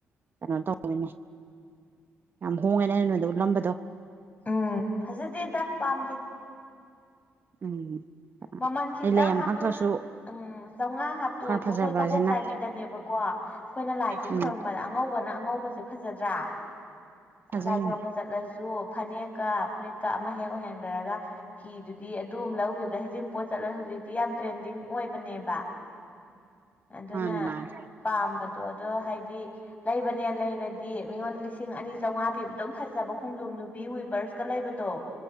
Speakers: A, on the right; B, on the left.
A: ꯀꯩꯅꯣ ꯇꯧꯅꯦ ꯌꯥꯝ ꯍꯣꯡꯉꯦꯅꯦ ꯑꯩꯅ ꯅꯣꯏꯗ ꯎꯠꯂꯝꯕꯗꯣ
B: ꯎꯝ ꯐꯖꯗꯦꯗ ꯄꯥꯝꯗꯦ
A: ꯎꯝ
B: ꯃꯃꯜ ꯈꯤꯇꯪ
A: ꯑꯩ ꯂꯩ ꯌꯥꯝ
B: ꯍꯥꯞꯇꯣꯛꯑꯁꯨ
A: ꯍꯛꯇ꯭ꯔꯁꯨ
B: ꯎꯝ ꯆꯥꯃꯉꯥ ꯍꯥꯞꯇꯣꯛꯑꯁꯨ
A: ꯈꯔ ꯐꯖꯕꯁꯤꯅ
B: ꯍꯣꯏ ꯀꯕꯣꯛ ꯆꯥꯏꯕꯤꯗꯅꯦꯕꯀꯣ ꯑꯩꯈꯣꯏꯅ ꯂꯥꯏ ꯇꯤꯟ
A: ꯎꯝ
B: ꯈꯣꯏꯔꯨꯝꯝꯕꯗ ꯑꯉꯧꯕꯅ ꯑꯉꯧꯕꯁꯦ ꯐꯖꯗ꯭ꯔꯥ
A: ꯐꯖꯩꯅꯦ
B: ꯂꯥꯏ ꯈꯨꯔꯨꯝꯝꯕ ꯆꯠꯂꯁꯨ ꯐꯅꯦꯛꯀ ꯐꯨꯔꯤꯠꯀ ꯑꯃ ꯍꯦꯛ ꯑꯣꯏꯍꯦꯟ ꯔꯒ ꯐꯤꯗꯨꯗꯤ ꯑꯗꯨꯝ ꯂꯧꯈꯤꯕ ꯑꯗ ꯍꯩꯖꯤꯡ ꯄꯣꯠ ꯆꯠꯂꯒ ꯍꯧꯖꯤꯛꯇꯤ ꯌꯥꯝ ꯇ꯭ꯔꯦꯟꯗꯤꯡ ꯑꯣꯏꯕꯅꯦꯕ ꯑꯗꯨꯅ
A: ꯃꯥꯅꯦ ꯃꯥꯅꯦ
B: ꯄꯥꯝꯕꯗ ꯑꯣ ꯑꯗꯣ ꯍꯥꯏꯗꯤ ꯂꯩꯕꯅꯦ ꯂꯩꯔꯗꯤ ꯃꯤꯉꯣꯟ ꯂꯤꯁꯤꯡ ꯂꯤꯁꯤꯡ ꯑꯅꯤ ꯆꯥꯝꯃꯉꯥ ꯄꯤꯕ ꯑꯗꯨꯝ ꯐꯖꯕ ꯈꯣꯡꯖꯣꯝ ꯅꯨꯕꯤ ꯋꯤꯕꯔꯁꯀ ꯂꯩꯕꯗꯣ